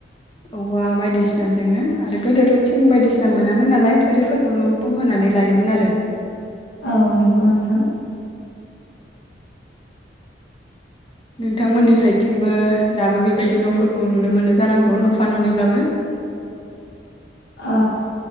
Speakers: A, on the left (about 30°); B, on the left (about 60°).
A: औवा बायदिसिनाजोंनो आरो गोदोथ' थिं बायदिसिना मोनामोन नालाय थोरिफोरखौनो उकुम होनानै लायोमोन आरो
B: औ नंगौ नोंथां।
A: नोंथांमोननि साइडथिंबो दाबो बेबायदि न'फोरखौ नुनो मोनो जानांगौ न'फा न'निब्लाबो
B: ओ